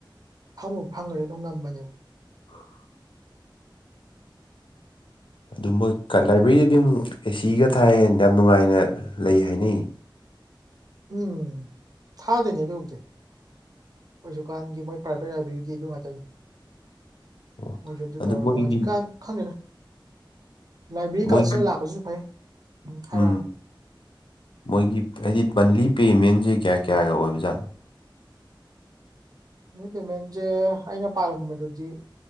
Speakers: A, on the right; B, on the left.
A: ꯐꯪꯕꯨ ꯐꯪꯒ꯭ꯔꯗꯤ ꯑꯗꯨꯝ ꯉꯝꯕꯅꯦꯕ
B: <inaudible> ꯑꯗꯨ ꯃꯣꯏ ꯂꯥꯏꯕ꯭ꯔꯦꯔꯤꯗꯗꯤ ꯑꯃꯨꯛ ꯑꯦ ꯁꯤꯒ ꯊꯥꯏ ꯌꯥꯝ ꯅꯨꯡꯉꯥꯏꯅ ꯂꯩ ꯍꯥꯏꯅꯩ
A: ꯎꯝ ꯊꯥꯗꯣꯏꯅꯦ ꯑꯗꯨꯕꯨꯗꯤ ꯍꯧꯖꯤꯛꯀꯥꯟꯒꯤ ꯃꯣꯏ ꯄ꯭ꯔꯥꯏꯕꯦꯠ ꯂꯥꯏꯕ꯭ꯔꯦꯔꯤꯗꯤ ꯑꯗꯨ ꯉꯥꯛꯇꯅꯤ
B: ꯑꯣ
A: ꯃꯣꯏꯁꯨ ꯑꯗꯨ ꯇꯧꯔꯒ
B: ꯃꯣꯏꯒꯤ
A: ꯍꯧꯖꯤꯛ ꯀꯥꯟ ꯈꯪꯗꯦꯗ ꯂꯥꯏꯕ꯭ꯔꯦꯔꯤ
B: ꯃꯣꯏꯒꯤ
A: ꯀꯜꯆꯔ ꯂꯥꯛꯄꯁꯤꯁꯨ ꯐꯩ ꯍꯥꯏꯔꯣ
B: ꯎꯝ
A: ꯍꯥꯏꯔꯣ
B: ꯃꯣꯏꯒꯤ ꯍꯥꯏꯗꯤ ꯃꯟꯂꯤ ꯄꯦꯃꯦꯟꯁꯦ ꯀꯌꯥ ꯀꯌꯥꯒ ꯑꯣꯏꯕꯖꯥꯠꯅꯣ
A: ꯃꯥꯜꯃꯤ ꯄꯦꯃꯦꯟꯁꯦ ꯑꯩꯅ ꯄꯥꯔꯝꯕꯗꯨꯗꯤ